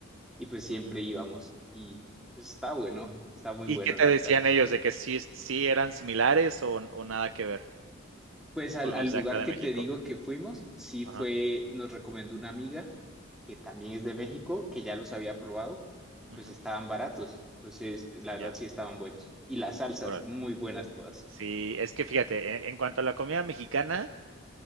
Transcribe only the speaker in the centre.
y pues siempre
íbamos y pues, está bueno, está muy
bueno
la
verdad.
Pues al,
al
lugar
que
te digo que fuimos, sí
fue, nos recomendó una amiga que también es de México, que ya los había probado y pues
estaban baratos, entonces la verdad
sí estaban buenos y las salsas
muy buenas todas.